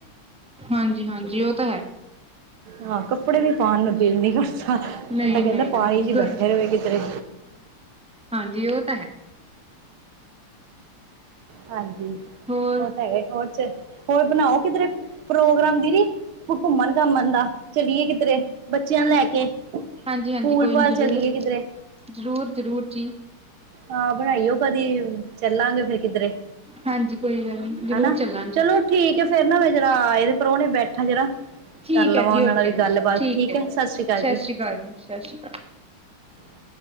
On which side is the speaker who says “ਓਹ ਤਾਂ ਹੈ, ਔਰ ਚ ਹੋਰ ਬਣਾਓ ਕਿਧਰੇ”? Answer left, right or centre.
Right